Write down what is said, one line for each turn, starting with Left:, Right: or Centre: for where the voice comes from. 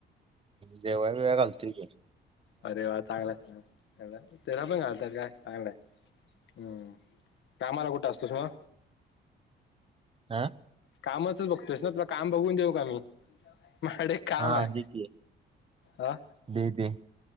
Right: जेवाय-बिवाय घालतोय कि.
Left: अरे वा! चांगला चांगल आहे. तेला पण घालतात काय? चांगलाय हम्म कामाला कुठं असतोस मग?
Right: हह
Left: कामाच बघतोस ना. तुला काम बघून देऊ का मी. माझ्याकड एक काम
Right: हा
Left: आहे
Right: दे की
Left: हा.
Right: दे दे